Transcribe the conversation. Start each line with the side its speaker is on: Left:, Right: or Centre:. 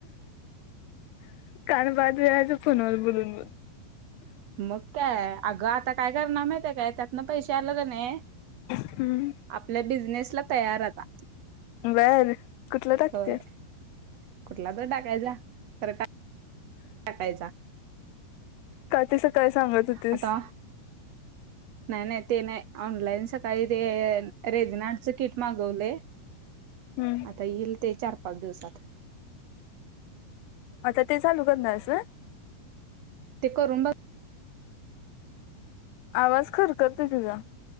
Left: कान बाद व्हायचं फोनवर बोलून बोलून,
Right: मग काय अगं आता काय करणार माहित आहे काय त्यातन पैसे आले का नाही.
Left: हम्म,
Right: आपल्या बिझनेसला तयार आता?
Left: बर कुठलं टाकतेस
Right: होय, कुठला तर टाकायचा. खरं का टाकायचा.
Left: काय ते सकाळी सांगत होतीस.
Right: आता नाही नाही, ते नाही ऑनलाईन सकाळी ते रेजनाडचं किट मागवलय
Left: <inaudible> हम्म
Right: आता येईल ते चार, पाच दिवसात
Left: आता ते चालू करणार हाईसा.
Right: ते करून
Left: आवाज खरखरतय तुझा